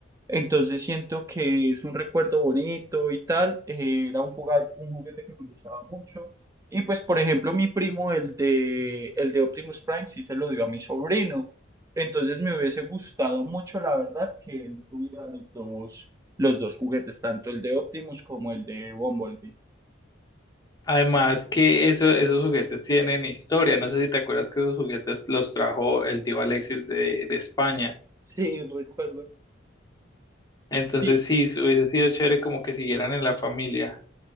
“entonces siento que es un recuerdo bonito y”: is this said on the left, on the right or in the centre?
Right